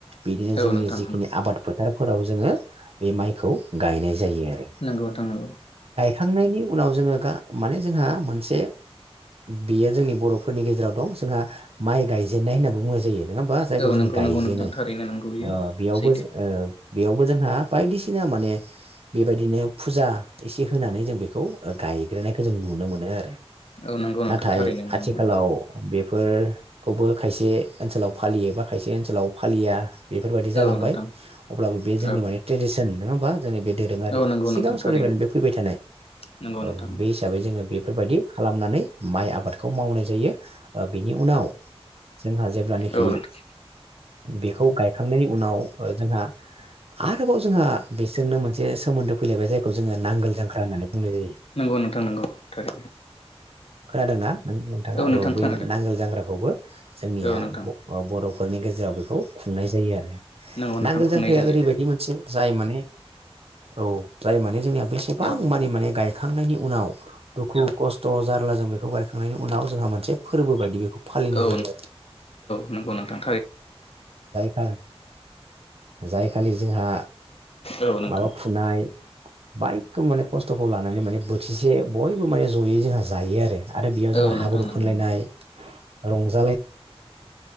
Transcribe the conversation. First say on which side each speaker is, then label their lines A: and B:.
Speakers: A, on the right; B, on the left.
A: बिदिनो
B: औ
A: जोंनि
B: नोंथां
A: जिखिनि
B: नंगौ
A: आबादफोर फोथारफोराव जोङो बे माइखौ गायनाय जायो आरो
B: नोंगौ नोंथां नंगौ
A: खांनायनि उनाव जोङो गा माने जोंहा मोनसे बियो जोंनि बर'फोरनि गेजेराव दं जोंहा माइ गायजेननाय होननाबो बुंनाय जायो नङा होमबा जायखौ
B: औ
A: जोङो
B: नंगौ
A: गायजेनो
B: नंगौ नोंथां थारैनो नंगौ बियो
A: बेयावबो
B: सैथो
A: बेयावबो जोंहा बायदिसिना माने बेबायदिनो फुजा एसे होनानै जों बेखौ गायग्रोनायखौ जों नुनो मोनो आरो
B: औ नंगौ नोंथां
A: नाथाय
B: थारैनो नुनो
A: आथिखालाव
B: मोनो
A: बे फोरखौबो खायसे ओनसोलाव फालियो बा खायसे ओनसोलाव फालिया बेफोरबायदि जालांबाय
B: औ नोंथां
A: अब्लाबो बे जोंनि
B: औ
A: माने ट्रेडिसन नाङा होमबा जोंनि बे दोरोङारि
B: औ नंगौ
A: सिगां
B: नोंथां
A: समनिफ्रायनो
B: थारैनो
A: बे फैबाय थानाय
B: नंगौ नोंथां
A: औ बे हिसाबै जोङो बे बेफोरबायदि खालामनानै माइ आबादखौ मावनाय जायो बिनि उनाव जोंहा जेब्लानाखि
B: औ नोंथां
A: बेखौ गायखांनायनि उनाव जोंहा आरोबाव जोंहा बिसोरनो मोनसे सोमोन्दो जोङो नांगोल जांख्रा होननानै बुंनाय जायो
B: नंगौ नोंथां नंगौ थारैनो
A: खोनादोंना नोंथाङा
B: नोंथां
A: औ
B: खोनादों
A: बे नांगोल जांग्राखौबो जोंनिया
B: औ नोंथां
A: बर' न'खफोरनि गेजेराव बेखौ खुंनाय जायो आरो
B: नंगौ नोंथां
A: नांगोल
B: खुंनाय
A: जांख्राया
B: जायो
A: ओरैबायदि मोनसे जाय माने औ जाय माने जोंनिया बेसेबां
B: औ नोंथां
A: मानि माने गायखांनायनि उनाव दुखु खस्थ' जारला जों बेखौ बायखांनायनि उनाव जोंहा मोनसे फोरबो बायदि बेखौ फालिनाय
B: औ
A: जायो
B: नोंथां
A: औ जाय खालि जोंहा
B: औ नोंथां
A: माबा फुनाय बाइकखौ माने खस्थ'खौ लानानै माने ब से ज'यै जोंहा जायो आरो आरो बेयाव जोङो
B: औ
A: हाब्रु
B: नोंथां नंगौ
A: फुनलायनाय रंज